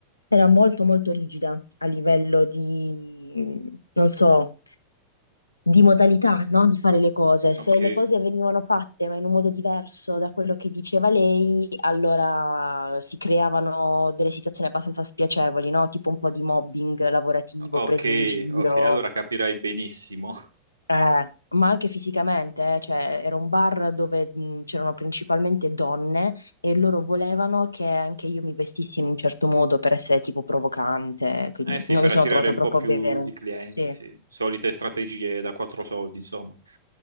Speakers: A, on the left; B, on the right.
A: era molto molto rigida a livello di, mh, non so, di modalità, no? Di fare le cose. Se
B: Ok,
A: le cose venivano fatte ma in un modo diverso da quello che diceva lei, allora si creavano delle situazioni abbastanza spiacevoli, no? Tipo un po' di mobbing lavorativo,
B: ok,
A: prese in giro,
B: ok, allora capirai benissimo.
A: eh, ma anche fisicamente, eh. Cioè, era un bar dove mh, c'erano principalmente donne e loro volevano che anche io mi vestissi in un certo modo per essere tipo provocante, quindi
B: Eh sì,
A: non
B: per
A: mi sono
B: attirare
A: trovata
B: un
A: troppo
B: po' più
A: bene.
B: di clienti,
A: Sì,
B: sì. Solite strategie da quattro soldi, insomma.